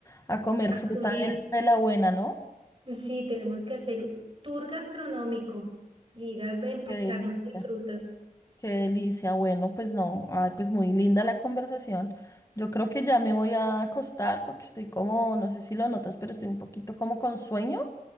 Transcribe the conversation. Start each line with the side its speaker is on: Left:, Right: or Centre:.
Left: a comer
Right: A
Left: fruta
Right: comer.
Left: de, de la buena, ¿no?
Right: Sí, tenemos que hacer tour gastronómico, ir a empacharnos
Left: Qué delicia,
Right: de frutas.
Left: qué delicia. Bueno, pues no, ay, pues muy linda la conversación. Yo creo que ya me voy a acostar porque estoy como, no sé si lo notas, pero estoy un poquito como con sueño.